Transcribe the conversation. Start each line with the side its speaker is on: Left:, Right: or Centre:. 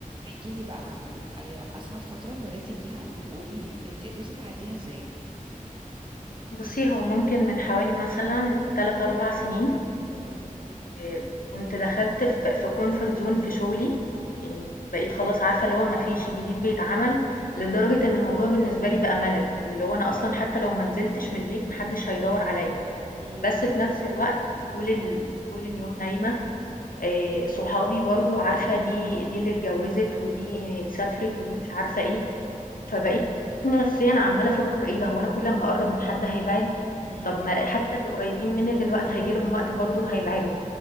Right: احكي لي بقى عن أي أصعب فترة مريتي بيها وقولي لي أنت قدرتي تعديها إزاي
Left: بُصّي، هو ممكن من حوالي مثلًا 3، 4 سنين
Right: امم
Left: آآ، كنت دخلت ف في comfort zone في شغلي، يعني بقيت خلاص عارفة اللي هو ما فيش جديد بيتعمل، لدرجة إن الموضوع بالنسبة لي بقى ملل، واللي هو أنا أصلًا حتى لو ما نزلتش من البيت ما حدش هيدوّر عليَّ،
Right: امم
Left: بس في نفس الوقت طول ال طول اليوم نايمة آآ صحابي برضه عارفة دي دي اللي اتجوّزت ودي سافرت ودي مش عارفة إيه، فبقيت نفسيًا عمّالة أفكّر إيه ده هو أنا كل ما هاقرّب من حد هيبعد؟
Right: امم
Left: طب ما حتّى اللي قريّبين منّي دلوقتي هييجي لهم وقت برضه وهيبعدوا،